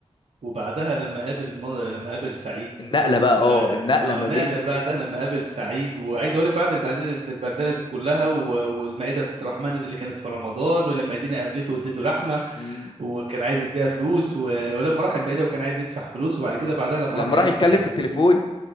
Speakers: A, on the right; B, on the left.
A: وبعدها لما قابل مر- لما قابل سعيد
B: النقلة بقى
A: و...
B: اه النقلة
A: اه
B: ما
A: النقلة
B: بين الحتة
A: بعدها لما قابل سعيد وعايز اقول لك بعد البهدله البهدله دي كلها و- والمائدة الرحمن اللي كانت في رمضان ولما دينا قابلته واديته لحمة
B: مم.
A: وكان عايز يديها فلوس و... ولما راح المائدة وكان عايز يدفع فلوس وبعد كده بعدها لما
B: لما
A: راح يقابل
B: راح يتكلم
A: سعيد
B: في التليفون